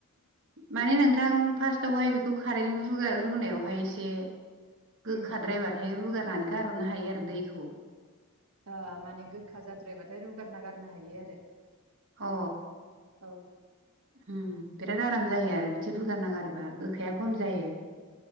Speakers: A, on the right (about 60°); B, on the right (about 90°).
A: माने नोंथां फार्स्टावहाय बेखौ खारैजों रुगार रुनायावहाय एसे एसे गोखाद्रायबाथाय
B: उम
A: रुगारनानै गारहरनो हायो आरो दैखौ।
B: ओ माने गोखा जाद्रायबाथाय रुगारना गारनो हायो आरो।
A: अ।
B: औ।
A: ओम बिराद आराम जायो आरो बिदि रुगारना गारोबा गोखाया खम जायो।